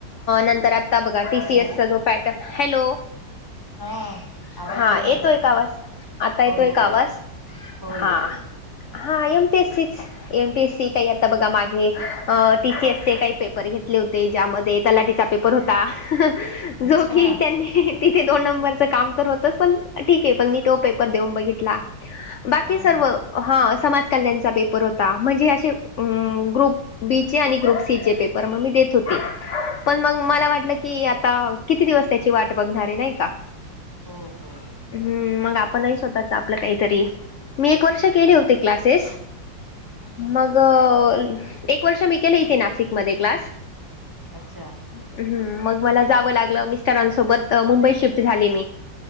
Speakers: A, on the left; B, on the right.
A: नंतर आ त बघा, टी
B: हॅलो
A: सी एस चा जो पॅटर्न, हॅलो.
B: हा आवाज
A: हा,
B: गेला
A: येतोय
B: होता मध्ये
A: का आवाज, आता येतोय
B: हो येत
A: का
B: येत
A: आवाज
B: हो
A: हा.
B: येत येत
A: हां. एम पी एस सी चं एम पी एस सी. काही आता बघा माघे, टीसीएसचे काही पेपर घेतले होते, ज्यामध्ये तलाठीचा पेपर होता.
B: अच्छा
A: जो की त्यांनी. तिथे दोन नंबरचं काम तर होतंच, पण ठीक आहे. पण मी तो पेपर देऊन बघितला. बाकी
B: हा
A: सर्व
B: हा
A: हा समाज कल्याणचा पेपर होता. म्हणजे असे, अं.. ग्रुप बी चे आणि ग्रुप सी चे पेपर, मग मी देत होते. पण मग
B: अच्छा
A: मला वाटलं की, आता किती दिवस त्याची वाट बघणार आहे. नाही का?
B: हो हो.
A: हम्म, मग आपणही स्वतःच आपलं काहीतरी मी एक वर्ष
B: बरोबर
A: केले होते क्लासेस,
B: हम्म हम्
A: मग अ एक वर्ष मी केली इथे नाशिकमध्ये क्लास.
B: अच्छा
A: हम्म, मग मला जावं लागलं मिस्टरां सो सोबत मुंबईत शिफ्ट झाले मी,